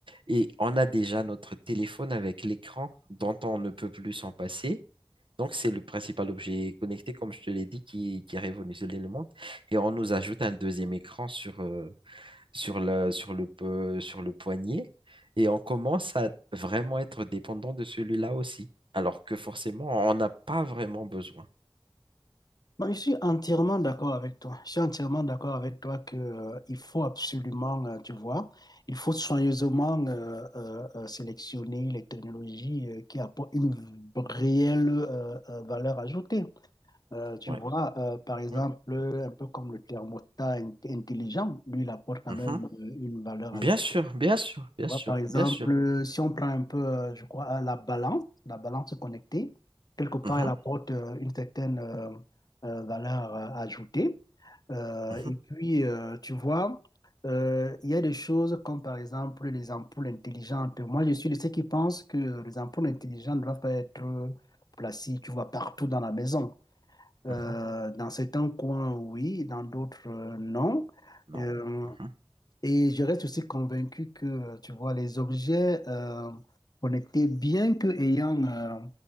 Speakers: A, on the right; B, on the left.
A: Et on a déjà notre téléphone avec l'écran dont on ne peut plus s'en passer. Donc, c'est le principal objet connecté, comme je te l'ai dit, qui, qui a révolutionné le monde. Et on nous ajoute un deuxième écran sur, euh, sur le, sur le, po- sur le poignet et on commence à vraiment être dépendant de celui-là aussi, alors que forcément, on n'a pas vraiment besoin.
B: Moi, je suis entièrement d'accord avec toi. Je suis entièrement d'accord avec toi que, euh, il faut absolument, euh, tu vois, il faut soigneusement euh, euh, euh, sélectionner les technologies euh, qui apportent une réelle euh, euh, valeur ajoutée. Euh, tu
A: Ouais.
B: vois, euh, par exemple,
A: Oui.
B: un peu comme le thermostat in- intelligent, lui, il apporte quand
A: Mhm.
B: même euh, une valeur
A: Bien
B: ajoutée
A: sûr, bien sûr,
B: Tu
A: bien
B: vois,
A: sûr,
B: par exemple,
A: bien sûr.
B: si on prend un peu, euh, je crois, euh, la balance, la balance connectée, quelque part,
A: Mhm,
B: elle apporte euh, une certaine euh, euh, valeur euh, ajoutée. Euh,
A: mhm,
B: et puis, euh, tu vois, euh, il y a des choses comme, par exemple, les ampoules intelligentes. Moi, je suis de ceux qui pensent que les ampoules intelligentes doivent pas être placées, tu vois, partout dans la maison. Euh,
A: mhm.
B: dans certains coins, oui, dans d'autres, euh, non.
A: Non.
B: Euh,
A: Mhm.
B: et je reste aussi convaincu que, tu vois, les objets euh, connectés, bien que ayant euh,